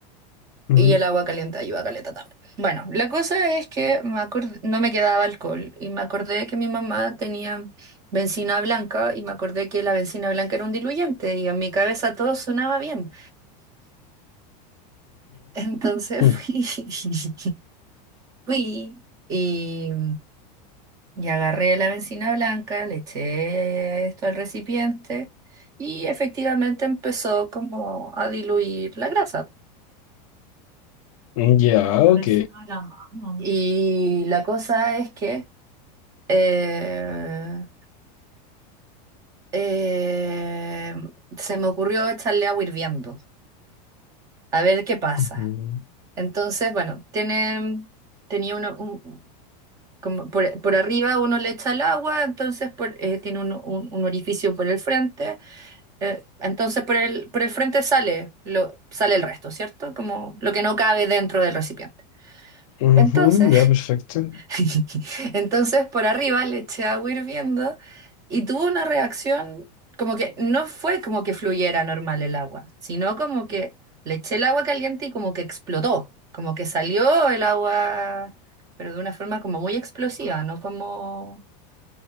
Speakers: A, on the left; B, on the right.
A: ujú,
B: Y el agua caliente ayuda a caleta también. Bueno, la cosa es que me acordé- no me quedaba alcohol y me acordé que mi mamá tenía bencina blanca y me acordé que la bencina blanca era un diluyente y en mi cabeza todo sonaba bien. Entonces
A: ujú,
B: fui, <laughs> fui y... Y agarré la bencina blanca, le eché esto al recipiente y efectivamente empezó como a diluir la grasa.
A: mm, Ya,
B: Reciba
A: ok.
B: la mano. Y la cosa es que eh, eh, se me ocurrió echarle agua hirviendo, a ver qué pasa.
A: ujú,
B: Entonces, bueno, tiene, tenía uno, un- como por, por arriba uno le echa el agua, entonces por- eh, tiene un, un- un orificio por el frente. Eh, entonces por el, por el frente sale, lo, sale el resto, ¿cierto? Como lo que no cabe dentro del recipiente.
A: ujú,
B: Entonces,
A: Ya, perfecto.
B: <laughs> entonces por arriba le eché agua hirviendo y tuvo una reacción como que no fue como que fluyera normal el agua, sino como que le eché el agua caliente y como que explotó, como que salió el agua, pero de una forma como muy explosiva, no como,